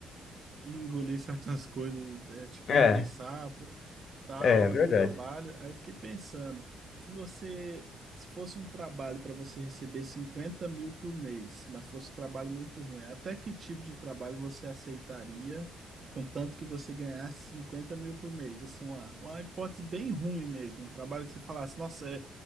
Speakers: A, on the right; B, on the left.
A: e engolir certas <laughs> coisas, é, tipo
B: é,
A: engolir sapo, tal,
B: é verdade.
A: no trabalho. Aí eu fiquei pensando, se você, se fosse um trabalho para você receber 50 mil por mês, mas fosse um trabalho muito ruim, até que tipo de trabalho você aceitaria, contanto que você ganhasse 50 mil por mês? Assim, uma, uma hipótese bem ruim mesmo, um trabalho que você falasse, nossa, é,